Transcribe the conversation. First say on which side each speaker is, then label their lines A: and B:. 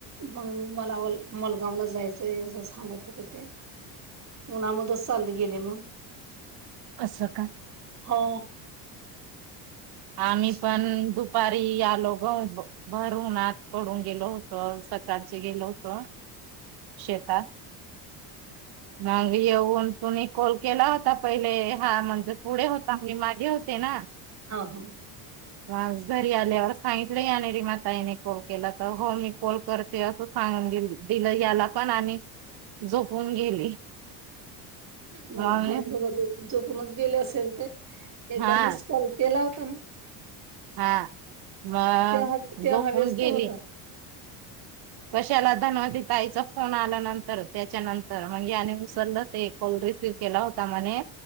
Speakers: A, on the right; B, on the right.
A: मग, मला मलगावला जायचंय असं सांगत होतं ते उन्हामध्येच चालत गेले म
B: असं का?
A: हो.
B: आम्ही
A: हम्म
B: पण दुपारी आलो ग. भर उन्हात पडून गेलो होतो, सकाळच गेलो होत. शेतात मग येऊन तुम्ही कॉल केला होता पहिले. हा, म्हणजे पुढे होता, मी मागे होते ना.
A: हा हा.
B: मग घरी आल्यावर सांगितलं यानेरी माताईने कॉल केला, तर हो मी कॉल करते ते असं सांगून गेल, दिलं याला पण आणि झोपून गेली.
A: मला
B: मग
A: माहित <unintelligible> झोपूनच गेले असेल ते. एकदा
B: हा
A: मिस कॉल केला होता ना.
B: हा मग
A: तेव्हा, तेव्हा
B: झोपून
A: व्यस्त
B: गेली
A: होता.
B: कशाला धनवती ताईचा फोन आल्यानंतर, त्याच्यानंतर मग ये आणि विसरलं ते कॉल रिसीव केला होता म्हणे,